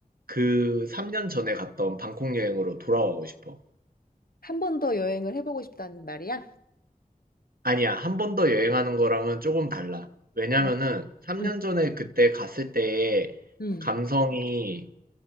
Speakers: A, on the right; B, on the left.
A: 그 3년 전에 갔던 방콕 여행으로 돌아가고 싶어.
B: 한 번 더 여행을 해보고 싶다는 말이야?
A: 아니야. 한 번 더 여행하는 거랑은 조금 달라. 왜냐면은
B: 어,
A: 3년
B: 응,
A: 전에 그때 갔을 때의
B: 응,
A: 감성이